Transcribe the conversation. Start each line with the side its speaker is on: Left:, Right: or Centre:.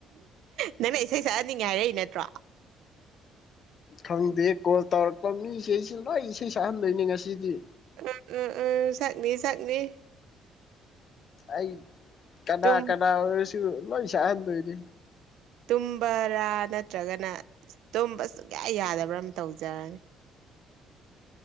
Right: ꯅꯪꯅ ꯏꯁꯩ ꯁꯛꯍꯟꯅꯤꯡꯉꯦ ꯍꯥꯏꯔꯛꯏ ꯅꯠꯇ꯭ꯔꯣ
Left: ꯈꯪꯗꯦ ꯀꯣꯜ ꯇꯧꯔꯛꯄ ꯃꯤꯁꯩ ꯁꯦ ꯂꯣꯏ ꯏꯁꯩ ꯁꯛꯍꯟꯗꯣꯏꯅꯦ ꯉꯁꯤꯗꯤ
Right: ꯎꯝ ꯎꯝ ꯎꯝ ꯁꯛꯅꯤ ꯁꯛꯅꯤ
Left: ꯑꯩ ꯀꯅꯥ
Right: ꯇꯨꯝ
Left: ꯀꯅꯥ ꯑꯣꯏꯔꯁꯨ ꯂꯣꯏ ꯁꯛꯍꯟꯗꯣꯏꯅꯤ
Right: ꯇꯨꯝꯕꯔꯥ ꯅꯠꯇ꯭ꯔꯒꯅ ꯇꯨꯝꯕ ꯁꯨꯛꯌꯥ ꯌꯥꯗꯕ꯭ꯔꯥ ꯑꯃ ꯇꯧꯖꯔꯅꯤ